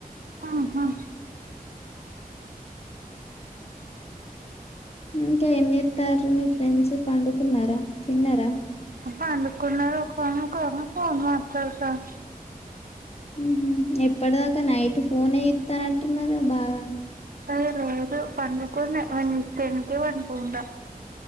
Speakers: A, on the right (about 70°); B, on the left (about 40°).
A: ఆహా
B: ఇంకా ఏం చేత్తాంరు మీ ఫ్రెండ్స్ పండుకున్నరా, తిన్నరా?
A: పండుకున్నది ఒక ఆమె ఒకామె ఫోన్ మాట్లాడ్తాన్
B: మ్ హ్ ఎప్పట్దాకా నైట్ ఫోనే చుత్తనట్టు ఉన్నరుగ బాగా
A: ఏ లేదు పండుకున్న నేన్ టెన్కే పండుకుంట.